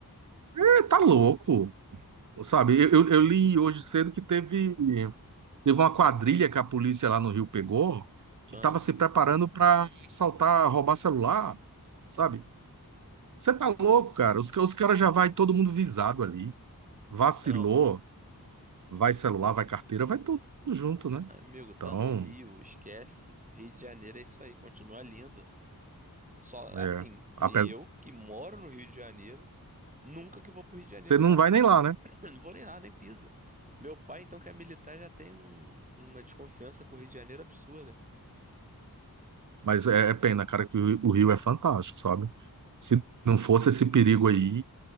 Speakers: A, on the right; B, on the right.
A: é, tá louco, sabe? Eu, eu, eu li hoje cedo que teve, teve uma quadrilha que a polícia lá no Rio pegou, que
B: Ah,
A: tava se preparando pra assaltar, roubar celular, sabe? Você tá louco, cara? Os, ca- os caras já vai todo mundo visado ali. Vacilou,
B: aham.
A: vai celular, vai carteira, vai tudo junto, né?
B: Amigo, tá
A: Então,
B: no Rio, esquece. Rio de Janeiro é isso aí, continua lindo. Só assim,
A: é, apesar,
B: e eu que moro no Rio de Janeiro, nunca que vou pro Rio de Janeiro,
A: você
B: sabe?
A: não vai nem lá, né?
B: <clears throat> Não vou nem lá, nem piso. Meu pai, então, que é militar, já tem um- uma desconfiança com o Rio de Janeiro absurda.
A: Mas é, é pena, cara, que o, o Rio é fantástico, sabe? Se não fosse esse perigo aí,